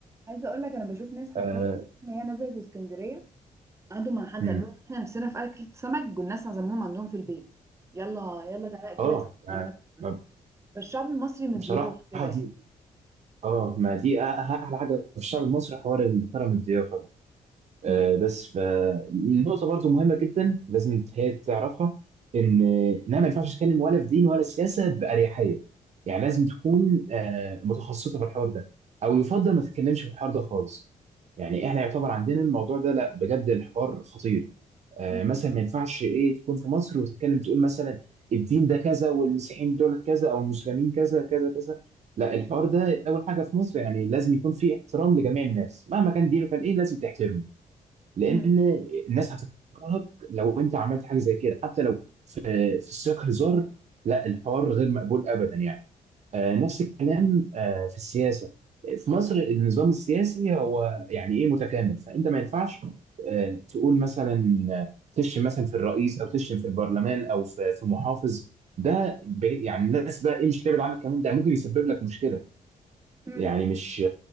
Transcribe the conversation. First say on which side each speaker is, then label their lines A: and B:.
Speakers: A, on the right (about 20°); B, on the right (about 55°).
A: عايزه اقول لك انا بشوف ناس حرفيا
B: اه,
A: ان هي نزلت اسكندريه قعدوا مع حد
B: مم.
A: قالوا لهم احنا نفسنا في اكل سمك والناس عزموهم عندهم في البيت يلا يلا تعالى اكلك
B: آه
A: سمك
B: ما-
A: عندنا في
B: ما-
A: البيت فالشعب المصري مضياف
B: بصراحه
A: كده يعني
B: دي اه ما دي أ- أ- احلى حاجه في الشعب المصري حوار الكرم الضيافه ده آه،
A: مم.
B: بس فالنقطة برضو مهمة جدا لازم هي تعرفها إن إنها ما ينفعش تتكلم ولا في دين ولا سياسة بأريحية يعني لازم تكون آه، متخصصة في الحوار ده أو يفضل ما تتكلمش في الحوار ده خالص يعني إحنا يعتبر عندنا الموضوع ده لا بجد الحوار خطير آه،
A: مم.
B: مثلا ما ينفعش إيه تكون في مصر وتتكلم تقول مثلا الدين ده كذا والمسيحيين دول كذا أو المسلمين كذا كذا كذا لا الحوار ده أول حاجة في مصر يعني لازم يكون فيه احترام لجميع الناس مهما كان دينه كان إيه لازم تحترمه لان
A: مم.
B: الناس هتكرهك لو انت عملت حاجه زي كده حتى لو في في سياق هزار لا الحوار غير مقبول ابدا يعني آه نفس الكلام آه في السياسه في مصر النظام السياسي هو يعني ايه متكامل فانت ما ينفعش آه تقول مثلا آه، تشتم مثلا في الرئيس او تشتم في البرلمان او في في محافظ ده بي- يعني الناس بقى ايه مش هتبعد عنك كمان ده ممكن يسبب لك مشكله
A: مم.
B: يعني مش